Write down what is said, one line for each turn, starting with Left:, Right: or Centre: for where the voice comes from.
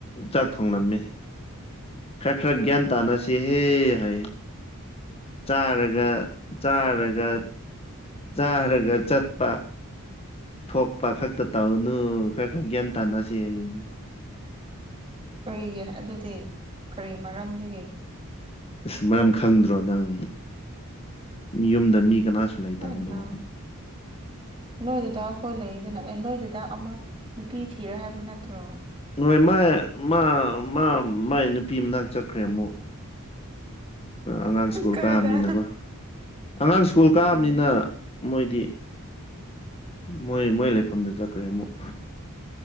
Left: ꯆꯥꯛ ꯊꯣꯡꯂꯝꯃꯦ ꯈꯔ ꯈꯔ ꯒ꯭ꯌꯥꯟ ꯇꯥꯅꯁꯤꯍꯦ ꯍꯥꯏ ꯆꯥꯔꯒ ꯆꯥꯔꯒ ꯆꯥꯔꯒ ꯆꯠꯄꯥ ꯊꯣꯛꯄ ꯈꯛꯇ ꯇꯧꯅꯨ ꯈꯔ ꯈꯔ ꯒ꯭ꯌꯥꯟ ꯇꯥꯅꯁꯤ ꯑꯩꯅꯤ
Right: ꯀꯔꯤꯒꯤ ꯑꯗꯨꯗꯤ ꯀꯔꯤ ꯃꯔꯝꯗꯒꯤ
Left: ꯑꯁ ꯃꯔꯝ ꯈꯪꯗ꯭ꯔꯣ ꯅꯪ ꯌꯨꯝꯗ ꯃꯤ ꯀꯅꯥꯁꯨ ꯂꯩꯇꯕꯗꯣ
Right: ꯍꯅ ꯅꯣꯏꯗꯨꯗ ꯈꯣꯏ ꯂꯩꯛꯏꯗꯅ ꯑꯦ ꯅꯣꯏꯗꯨꯗ ꯑꯃꯥ ꯅꯨꯄꯤ ꯊꯤꯔꯦ ꯍꯥꯏꯕ ꯅꯠꯇ꯭ꯔꯣ
Left: ꯍꯣꯏ ꯃꯥꯥꯏ ꯃꯥ ꯃꯥ ꯃꯥꯏ ꯅꯨꯄꯤ ꯃꯅꯥ ꯆꯠꯈ꯭ꯔꯦ ꯑꯃꯨꯛ ꯑꯉꯥꯡ ꯁ꯭ꯀꯨꯜ
Right: ꯀꯥꯏꯗ
Left: ꯀꯥꯑꯕꯅꯤꯅꯀꯣ ꯑꯉꯥꯡ ꯁ꯭ꯀꯨꯜ ꯀꯥꯑꯕꯅꯤꯅ
Right: ꯎꯝ
Left: ꯃꯣꯏꯗꯤ ꯃꯣꯏ ꯃꯣꯏ ꯂꯩꯐꯝꯗ ꯆꯠꯈ꯭ꯔꯦ ꯑꯃꯨꯛ